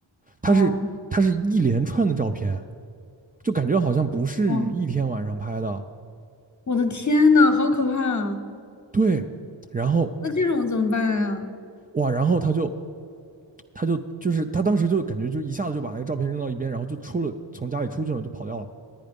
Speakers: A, on the right; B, on the left.
A: 他是他是一连串的照片，
B: 啊！
A: 就感觉好像不是一天晚上拍的。
B: 哇，我的天呐，好可怕啊！
A: 对，然后
B: 那这种怎么办啊？
A: 哇，然后他就他就就是他当时就感觉就一下子就把那个照片扔到一边，然后就出了从家里出去了，就跑掉了。